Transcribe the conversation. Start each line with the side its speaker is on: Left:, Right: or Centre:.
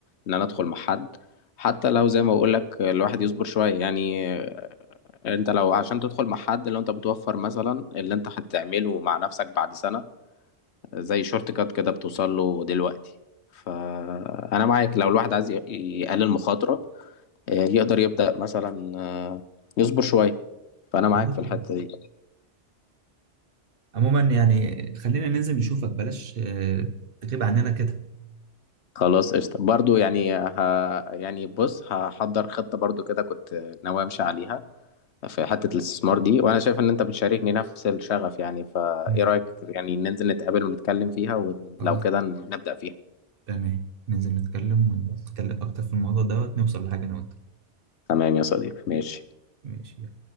Left: ان انا ادخل مع حد حتى لو زي ما بقول لك الواحد يصبر شويه يعني آه، انت لو عشان تدخل مع حد لو انت بتوفر مثلا اللي انت هتعمله مع نفسك بعد سنه زي شورت كات كده بتوصل له دلوقتي فانا معاك لو الواحد عايز ي- يقلل مخاطره آه، يقدر يبدا مثلا آه، يصبر شويه فانا معاك
Right: بالظبط
Left: في الحته
Right: كده
Left: دي
Right: عموما يعني خلينا ننزل نشوفك بلاش آه، تغيب عننا كده
Left: خلاص قشطة برضو يعني ه... يعني بص هحضر خطة برضو كده كنت ناوي امشي عليها في حتة الاستثمار دي وانا شايف ان انت بتشاركني نفس الشغف يعني فايه
Right: تمام.
Left: رأيك يعني ننزل نتقابل ونتكلم فيها ولو
Right: خلاص
Left: كده نبدأ فيها
Right: تمام ننزل نتكلم ونتكلم اكتر في الموضوع دوت نوصل لحاجه انا وانت
Left: تمام يا صديقي ماشي
Right: ماشي يلا